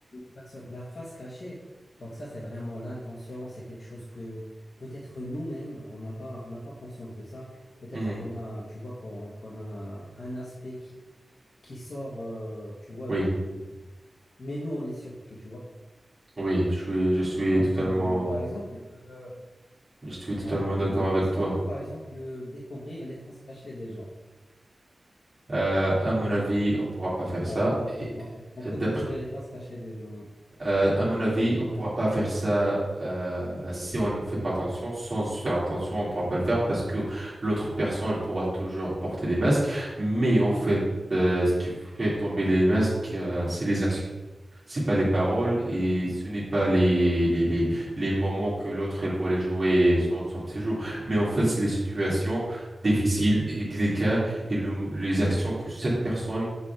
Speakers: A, on the left; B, on the right.
A: personne, la face cachée. Donc ça, c'est vraiment l'inconscient, c'est quelque chose que peut-être nous-mêmes, on n'a pas, on n'a pas conscience de ça. Peut-être
B: mhm.
A: qu'on a, tu vois, qu'on qu'on a un aspect qui, qui sort, euh, tu vois,
B: Oui,
A: du... Même nous, on est surpris, tu vois.
B: oui, je suis, je suis
A: Donc,
B: totalement,
A: euh, par exemple, euh,
B: je suis
A: ouais,
B: totalement
A: et
B: d'accord avec
A: est-ce
B: toi.
A: qu'on peut, par exemple, euh, découvrir les faces cachées des gens,
B: Euh, à mon avis, on pourra pas faire
A: d'a-
B: ça.
A: d'après
B: Et,
A: toi? Est-ce qu'on
B: et
A: peut découvrir
B: d'après,
A: les faces cachées des gens?
B: euh, à mon avis, on
A: Ouais.
B: pourra pas faire ça euh, si on ne fait pas attention. Sans faire attention, on pourra pas le faire parce que l'autre personne pourra toujours porter des masques. Mais en fait, euh, ce qui fait tomber les masques, euh, c'est les actions. c'est pas les paroles et ce n'est pas les, les,
A: Ouais.
B: les, les moments que l'autre elle voulait jouer son, son petit jeu. Mais en fait, c'est les situations difficiles et délicates et le, les actions que cette personne